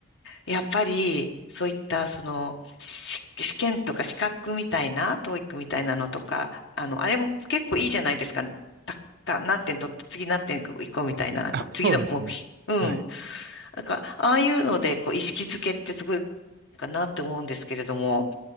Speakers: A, on the left; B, on the right.
A: やっぱり、そういった、その、し試験とか資格みたいな、トーイックみたいなのとか、あの、あれも結構いいじゃないですか。た、た、何点取って、次何点行こうみたいな、なんか、
B: あ、そうですね。
A: 次の目標。うん。
B: はい。
A: なんか、ああいうので、こう、意識づけってすごいかなって思うんですけれども、